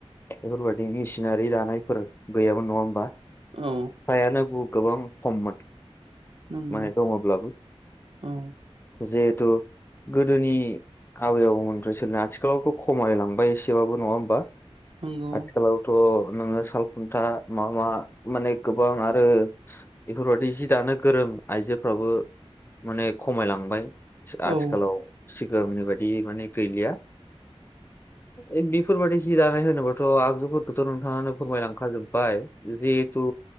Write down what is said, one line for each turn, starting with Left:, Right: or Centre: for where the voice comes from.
Left: बेफोरबायदिनि सिनारि दानायफोर गैयाबोन नङा होमबा।
Right: औ
Left: हायानो बु गोबां खममोन।
Right: नंगौ
Left: माने दङब्लाबो
Right: औ
Left: जिहेथु गोदोनि आबै आबौमोनफ्राय सोलिनाय आथिखालावथ' खमायलांबाय एसेबाबो नङा होमबा।
Right: नंगौ
Left: आथिखालावथ' नोङो साल खुन्था मा मा माने गोबां आरो बेफोरबायदि जि दानो गोरों आइजोफ्राबो माने खमायलांबाय आथिखालाव
Right: औ
Left: सिगांनि बायदि माने गैलिया ए बेफोरबायदि जि दानाय होनोबाथ' आगजुफोरखौथ' नोंथाङानो फोरमायलांखा जोब बाय जिहेथु